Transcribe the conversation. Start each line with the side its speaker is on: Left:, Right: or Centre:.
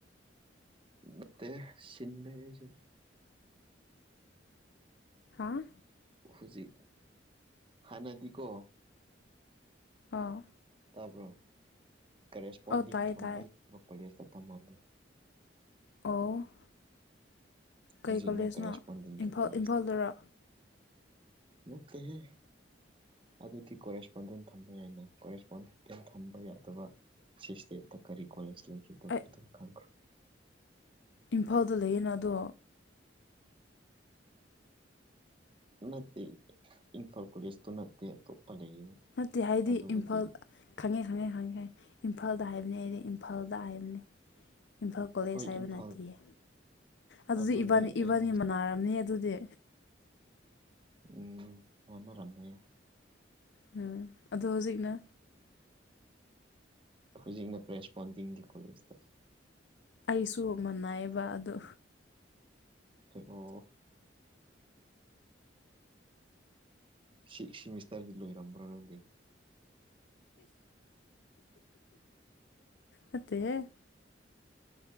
Right: ꯅꯥꯠꯇꯦꯍꯦ ꯆꯤꯟꯂꯦ ꯑꯩꯁꯨ꯫
Left: ꯍꯥꯥ꯫
Right: ꯍꯧꯖꯤꯛ ꯍꯥꯟꯅꯗꯤꯀꯣ꯫
Left: ꯑꯥ꯫
Right: ꯇꯥꯕ꯭ꯔꯣ ꯀꯔꯦꯁꯄꯣꯟꯗꯤꯡ
Left: ꯑꯣ ꯇꯥꯏ
Right: ꯊꯝꯕ
Left: ꯇꯥꯏ
Right: ꯌꯥꯕ ꯀꯣꯂꯦꯖꯇ ꯇꯝꯃꯝꯃꯤ꯫
Left: ꯑꯣ꯫ ꯀꯩ
Right: ꯍꯧꯖꯤꯛꯅ
Left: ꯀꯣꯂꯦꯖꯅꯣ
Right: ꯀꯔꯦꯁꯄꯣꯟꯗꯤꯡꯒꯤ
Left: ꯏꯝꯐꯥꯜ
Right: ꯀꯣꯂꯦꯖꯇ
Left: ꯏꯝꯐꯥꯜꯗꯔꯣ
Right: ꯅꯠꯇꯦꯍꯦ꯫ ꯑꯗꯨꯗꯤ ꯀꯣꯔꯦꯁꯄꯣꯟꯗꯦꯟ ꯊꯝꯕ ꯌꯥꯏꯅ ꯀꯣꯔꯦꯁꯄꯣꯟꯗꯦꯟ ꯊꯝꯕ ꯌꯥꯗꯕ ꯁꯤꯁ ꯀꯔꯤ ꯀꯣꯂꯦꯖ ꯂꯩꯒꯦꯗꯣ
Left: ꯑꯩ
Right: ꯑꯗꯨꯝ ꯈꯪꯈ꯭ꯔꯣ
Left: ꯏꯝꯐꯥꯜꯗ ꯂꯩꯌꯦꯅ ꯑꯗꯣ
Right: ꯅꯠꯇꯦ ꯏꯝꯐꯥꯜ ꯀꯣꯂꯦꯖꯇꯣ ꯅꯠꯇꯦ ꯑꯇꯣꯞꯄ ꯂꯩꯌꯦꯕ
Left: ꯅꯠꯇꯦ ꯍꯥꯏꯗꯤ
Right: ꯑꯗꯨꯕꯨꯗꯤ
Left: ꯏꯝꯐꯥꯜꯗ ꯈꯪꯉꯦ ꯈꯪꯉꯦ ꯈꯪꯉꯦ ꯏꯝꯐꯥꯜꯗ ꯍꯥꯏꯕꯅꯤ ꯑꯩꯗꯤ ꯏꯝꯐꯥꯜꯗ ꯍꯥꯏꯕꯅꯤ ꯏꯝꯐꯥꯜ ꯀꯣꯂꯦꯖ
Right: ꯍꯣꯏ
Left: ꯍꯥꯏꯕ
Right: ꯏꯝꯐꯥꯜ
Left: ꯅꯠꯇꯦꯌꯦ ꯑꯗꯨꯗꯤ
Right: ꯑꯗꯨꯅꯦ
Left: ꯏꯕꯥꯅꯤ
Right: ꯑꯩꯅ
Left: ꯏꯕꯥꯅꯤ ꯃꯅꯥꯔꯝꯅꯤ ꯑꯗꯨꯗꯤ
Right: ꯎꯝ ꯃꯥꯟꯅꯔꯝꯕ ꯌꯥ
Left: ꯎꯝ ꯑꯗꯣ ꯍꯧꯖꯤꯛꯅ
Right: ꯍꯧꯖꯤꯛꯅ ꯀꯔꯦꯁꯄꯣꯟꯗꯤꯡꯒꯤ ꯀꯣꯂꯦꯖꯇ
Left: ꯑꯩꯁꯨ ꯃꯅꯥꯏꯕ ꯑꯗꯨ
Right: ꯑꯣ ꯁꯤ ꯁꯤꯃꯤꯁꯇ꯭ꯔꯗꯤ ꯂꯣꯏꯔꯝꯕꯔꯗꯤ
Left: ꯅꯠꯇꯦꯍꯦ